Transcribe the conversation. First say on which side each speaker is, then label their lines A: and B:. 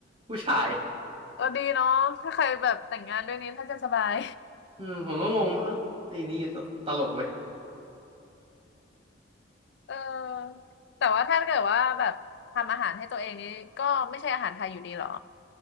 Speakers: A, on the right; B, on the left.
A: ผู้ชาย
B: เออดีเนาะถ้าใครแบบแต่งงานด้วยนี้ถ้าจะสบาย
A: อืมผมก็งงว่าเอ้าไอ้นี่ตลกเว้ย
B: <laughs> เออแต่ว่าถ้าเกิดว่าแบบทำอาหารให้ตัวเองนี้ก็ไม่ใช่อาหารไทยอยู่ดีเหรอ